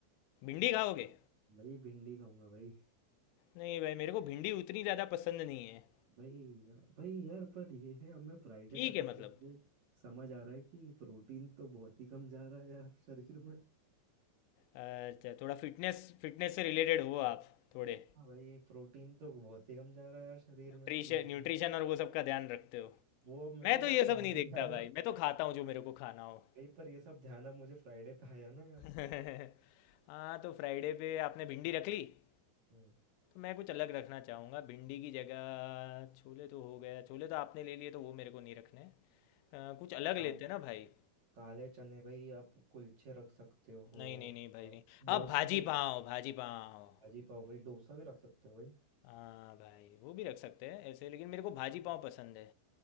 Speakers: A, on the left (about 90°); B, on the right (about 50°).
A: भिंडी खाओगे
B: भाई भिंडी खाऊंगा भाई
A: नहीं भाई मेरे को भिंडी उतनी ज़्यादा पसंद नहीं है
B: भाई या, भाई यार पर ये है अब मैं फ्राइडे
A: ठीक
B: तक
A: है
B: आ
A: मतलब
B: गया मुझे समझ आ रहा है कि प्रोटीन तो बहुत ही कम जा रहा है यार शरीर में
A: अच्छा थोड़ा फिटनेस फिटनेस से रिलेटेड हो आप थोड़े
B: हाँ भाई प्रोटीन तो बहुत ही कम जा रहा है यार शरीर
A: न्यूट्रिशन
B: में हम्म।
A: न्यूट्रिशन और वो सब का ध्यान रखते हो
B: वो अब मेरे
A: मैं
B: को
A: तो
B: पर
A: ये
B: फ्राइडे
A: सब नहीं देखता
B: पे आया
A: भाई मैं तो खाता हूँ जो मेरे को खाना हो
B: भाई पर ये सब ध्यान अब मुझे फ्राइडे पे आया ना यार
A: <laughs> हाँ तो फ्राइडे पे आपने भिंडी रख ली तो
B: हम्म
A: मैं कुछ अलग रखना चाहूँगा भिंडी की जगह छोले तो हो गया छोले तो आपने ले लिए तो वो मेरे को नहीं रखने हैं अ, कुछ अलग लेते
B: भाई,
A: हैं ना भाई
B: काले चने भाई आप कुलचे रख सकते हो
A: नहीं नहीं नहीं भाई
B: आप
A: नहीं
B: डोसा
A: आप भाजी
B: भाई
A: पाव भाजी पाव
B: भाजी पाव भाई डोसा भी रख सकते हो भाई
A: हाँ भाई वो भी रख सकते हैं ऐसे लेकिन मेरे को भाजी पाव पसंद है